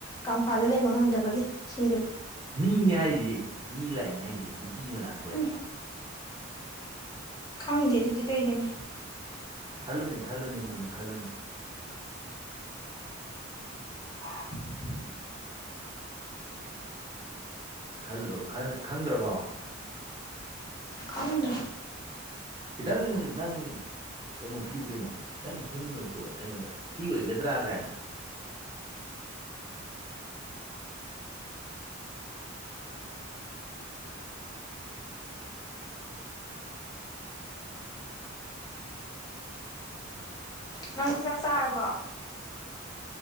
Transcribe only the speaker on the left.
ꯀꯪꯐꯥꯗ ꯂꯩꯕ ꯉꯝꯗꯕꯒꯤ ꯁꯤ
ꯎꯝ
ꯈꯪꯗꯦ ꯑꯗꯨꯗꯤ ꯀꯩꯒꯤꯅꯣ
<unintelligible>
ꯈꯪꯏꯅ
ꯅꯪꯗꯤ ꯆꯥꯛ ꯆꯥꯔꯕꯣ